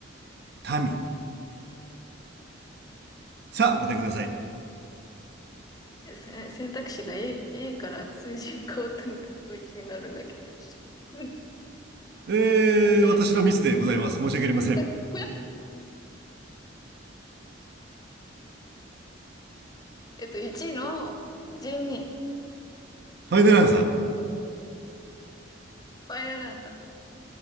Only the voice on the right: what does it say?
民さあお答えください
えー、
私のミスでございます申し訳ありません
ファイナルアンサー